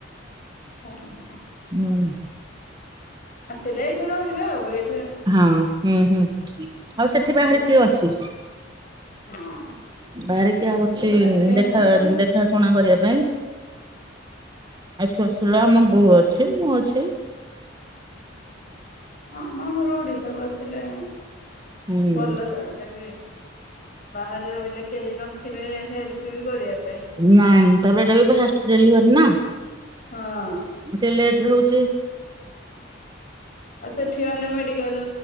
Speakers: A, on the left (about 45°); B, on the right (about 25°).
A: ହଁ, ହଁ।
B: ହୁଁ।
A: ଆସିଲେ ଏଇଠି ରହିବେ ଆଉ। ଏଠ
B: ହଁ, ହୁଁ, ହୁଁ ଆଉ, ସେଠି
A: ଏତେ
B: ବାହାରେ କିଏ ଅଛି?
A: ହଁ
B: ବାହାରେ କିଏ ଆଉ ଅଛି,
A: ବାହାରେ କେହି
B: ଦେଖ,
A: ନାହାନ୍ତି
B: ଦେଖ ଦେଖା ଶୁଣା କରିବା ପାଇଁ ଆଠ ବର୍ଷ ହେଲା, ଆମ ବୋହୁ ଅଛି, ମୁଁ ଅଛି।
A: ହଁ, ମ ଆମର ଓଡିଶା କୁ ଆସିଲେ
B: ହୁଁ
A: ଭଲ ଯାହେଲେ ବି। ବାହାରେ ରହିଲେ କେହି ନଥିବେ ହେଲ୍ପ ବି କରିଆକୁ।
B: ନାଇଁ, ତାପରେ ଏଇଟା ବି ଫାଷ୍ଟ ଡେଲିଭରି ନା।
A: ହଁ।
B: ମତେ ଲେଟରେ ହଉଛି।
A: ଆଉ ସେଠି ମାନେ ମେଡିକାଲ୍‌